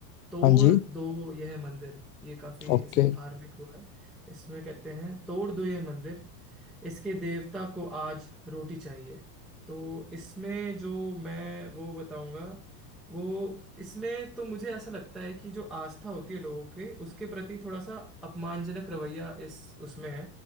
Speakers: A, in the centre; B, on the left.
A: तोड़
B: हाँ जी
A: दो यह मंदिर ये काफी
B: ओके
A: इसे धार्मिक वो है इसमें कहते हैं तोड़ दो यह मंदिर इसके देवता को आज रोटी चाहिए तो इसमें जो मैं वो बताऊंगा वो इसमें तो मुझे ऐसा लगता है कि जो आस्था होती है लोगों के उसके प्रति थोड़ा सा अपमानजनक रवैया इस उसमें है